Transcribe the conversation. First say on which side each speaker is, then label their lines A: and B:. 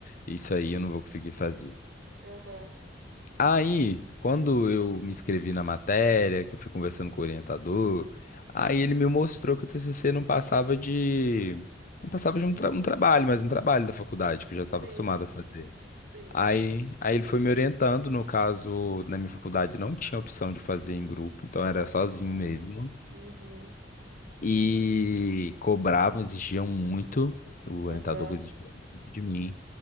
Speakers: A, on the left; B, on the right.
A: isso aí eu não vou conseguir fazer.
B: Aham.
A: Aí, quando eu me inscrevi na matéria, que eu fui conversando com o orientador, aí ele me mostrou que o TCC não passava de, não passava de
B: Hum.
A: um, tra- um trabalho, mas um trabalho da faculdade, que eu já estava
B: Sim,
A: acostumado a fazer.
B: sim.
A: Aí, aí ele foi me orientando, no caso, na minha faculdade não tinha opção de fazer em grupo, então era sozinho
B: Ah.
A: mesmo.
B: Uhum.
A: e cobravam, exigiam muito, o orientador
B: Aham.
A: exigia muito de mim,